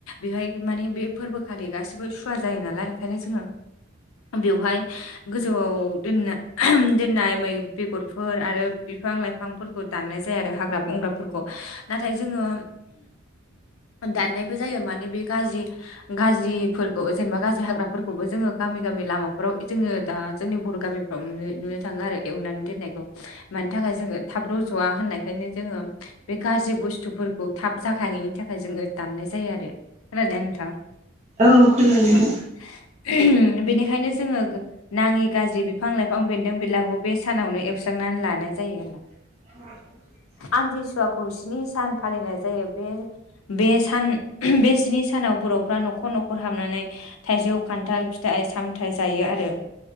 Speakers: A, on the left; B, on the right.
A: बेहाय माने बे फोरबोखालि गासिबो सुवा जायो नालाय ओंखायनो जोङा बेवहाय गोजौआव दोनना दोननाय मै बेगरफोर आरो बिफां लाइफांफोरखौ दाननाय जाया आरो हाग्रा बंग्राफोरखौ नाथाय जोङो दाननायबो जायो माने बे गाज्रि गाज्रिफोरखौ जेनेबा गाज्रि हाग्राफोरखौबो जोङो गामि गामि लामाफोराव जोङो दा जोंनि बर' गामिफ्राव नुनो थाङो आरो एवनानै। दोननायखौ मानि थाखाय जोङो थाब रज'वा होननायखायनो जोङो बे गाज्रि बुस्थुफोरखौ थाब जाखायनायनि थाखाय जोङो दाननाय जायो। जायो आरो खोनादोंना नोंथां?
B: औ खोनादों
A: औ
B: नोंथां
A: बेनिखायनो जोङो नाङि गाज्रि बिफां लाइफां बिफां बेन्दों बेलाबो बे सानावनो एवस्रांनानै लानाय जायो होनब्ला।
B: औ।
A: आमथिसुवाखौ स्नि सान फालिनाय जायो बे सान बे स्नि सानाव बर'फ्रा न'खर न'खर हाबनानै थाइजौ खान्थाल फिथाइ सामथायाइ जायो आरो।